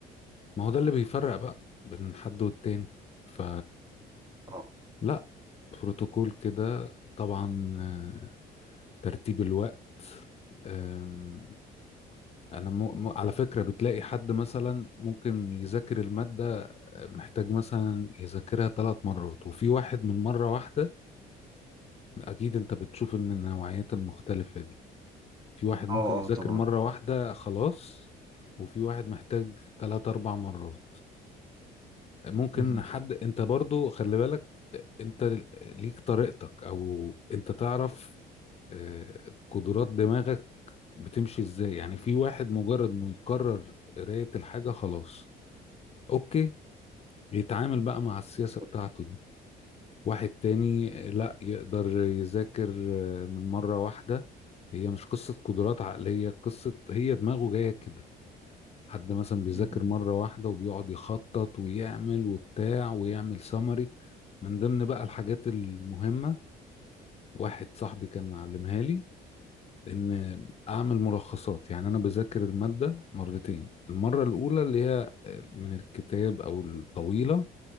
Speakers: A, on the left; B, on the right.
A: ما هو ده اللي بيفرق بقى بين حد والتاني ف
B: اه
A: لا بروتوكول كده طبعا آه، ترتيب الوقت آم، انا م... م... على فكره بتلاقي حد مثلا ممكن يذاكر الماده آه، محتاج مثلا يذاكرها ثلاث مرات وفي واحد من مره واحده اكيد انت بتشوف ان النوعيات المختلفة دي في واحد ممكن
B: اه اه
A: يذاكر
B: طبعا
A: مرة واحدة خلاص وفي واحد محتاج ثلاث اربع مرات ممكن
B: مهم.
A: حد انت برضو خلي بالك انت ليك طريقتك او انت تعرف آه، قدرات دماغك بتمشي ازاي يعني في واحد مجرد انه يكرر قراية الحاجة خلاص اوكي يتعامل بقى مع السياسة
B: بالظبط
A: بتاعته دي. واحد تاني لا يقدر يذاكر آه، من مرة واحدة هي مش قصة قدرات عقلية قصة هي دماغه جاية كده حد مثلا بيذاكر
B: امم
A: مرة واحدة وبيقعد يخطط ويعمل وبتاع ويعمل سمري من ضمن بقى الحاجات المهمة واحد صاحبي كان معلمها لي ان اعمل ملخصات يعني انا بذاكر المادة مرتين المرة الاولى اللي هي من الكتاب او الطويلة